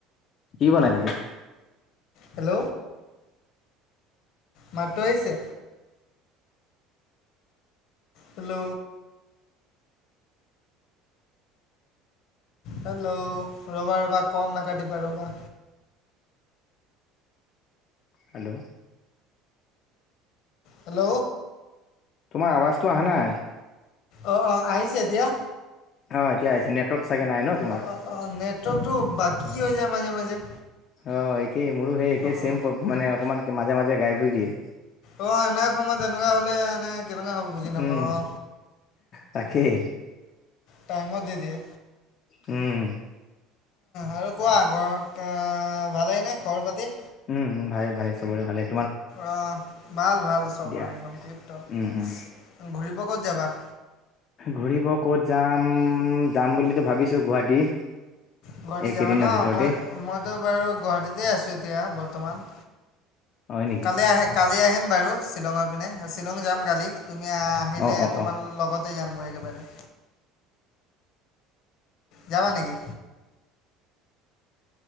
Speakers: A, on the left; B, on the left.
A: কি বনাই থাকে?
B: হেল্ল, মাতটো আহিছে? হেল্ল, হেল্ল, ৰবা ৰবা ক'ৰ নাকাটিবা ৰবা।
A: হেল্ল,
B: হেল্ল,
A: তোমাৰ আৱাজটো অহা নাই।
B: অ, অ, আহিছে দিয়া
A: অ, এতিয়া আহিছে, নেটৱৰ্ক চাগে নাই ন, তোমাৰ।
B: অ অ অ, নেটৱৰ্কতটো বাকী হৈ যায় মাজে, মাজে।
A: অ, একেই মোৰো সেই, একেই
B: অ
A: চেম, মানে অকমান মাজে মাজে গাইব হৈ দিয়ে।
B: অ, এনে সময় তেনেকুৱা হ'লে, এনে কেনেকুৱা হ'ব বুজি নাপাওঁ।
A: উম তাকেই।
B: টাইমত, দি দিয়ে।
A: উম,
B: আৰু কোৱা, ঘৰত আ, ভালেইনে খবৰ পাতি?
A: উম, উম, ভালে ভালে, চবৰে ভালেই।
B: অ, ভাল ভাল চবৰে
A: দিয়া
B: একদম আৰু টিপ, টপ,
A: উম উম
B: ঘূৰিব ক'ত যাবা?
A: ঘুৰিব ক'ত যাম, যাম বুলিতো ভাবিছো গুৱাহাটী।
B: গুৱাহাটী
A: এইকেইদিনৰ
B: যাবা ন,
A: ভিতৰতেই
B: মই ম মো, বাৰু গুৱাহাটীতে আছো এতিয়া বৰ্তমান,
A: হয় নেকি
B: কালি আহ, কালি আহিম বাৰু। শ্বিলঙৰ পিনে, শ্বিলং যাম কালি, তুমি আহিলে
A: অ অ
B: তোমাৰ
A: অ
B: লগতে যামগৈ একেবাৰে। যাবা, নেকি?